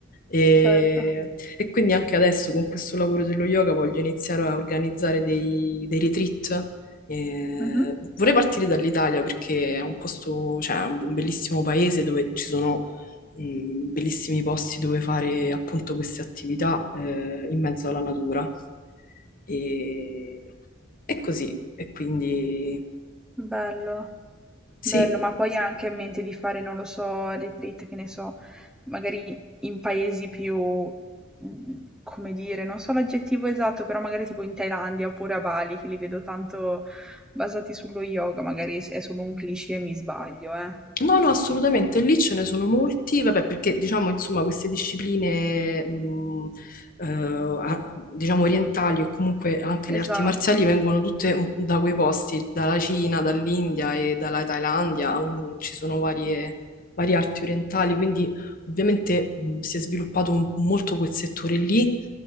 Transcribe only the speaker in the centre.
Certo.
Mh-mh.
Bello.
Bello, ma poi ha anche in mente di fare, non lo so, retreat, che ne so, magari in paesi più, mhmm, come dire, non so l'aggettivo esatto, però magari tipo in Thailandia oppure a Bali, che li vedo tanto basati sullo yoga, magari s è solo un cliché e mi sbaglio, eh.
Esatto,